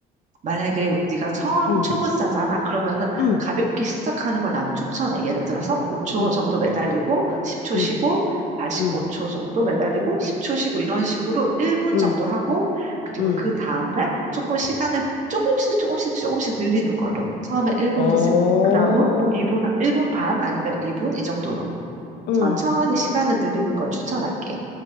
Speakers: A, on the right (about 45°); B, on the left (about 85°).
A: 만약에 네가 처음
B: 음.
A: 초보자잖아. 그러면은
B: 음.
A: 가볍게 시작하는 걸 나는 추천해. 예를 들어서 5초
B: 음.
A: 정도 매달리고 10초
B: 음.
A: 쉬고 다시
B: 음.
A: 5초 정도 매달리고 10초 쉬고 이런 식으로 1분
B: 음.
A: 정도 하고 그리고
B: 음.
A: 그 다음날 조금 시간을 조금씩 조금씩 조금씩 늘리는 걸로. 처음에 1분
B: 어.
A: 했을 그다음은 뭐 2분 1분 반 아니면 2분 이 정도로
B: 음.
A: 천천히 시간을 늘리는 걸 추천할게.